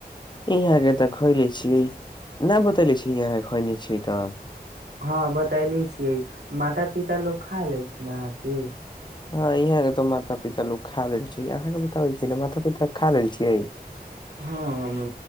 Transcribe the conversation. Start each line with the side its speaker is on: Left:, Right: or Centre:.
Left: ई आहाँ तऽ खोएले छियै न बतैले छी यहा के खोइले छियै तऽ
Right: हँ बतैले छियै माता पिता लोग खा लेल थिन अहाँकेँ
Left: हँ यहाँ के तो माता पिता लो खा लेल छै अहाँ के बताबे छै ने माता पिता खा लेल छियै
Right: हँ हमरो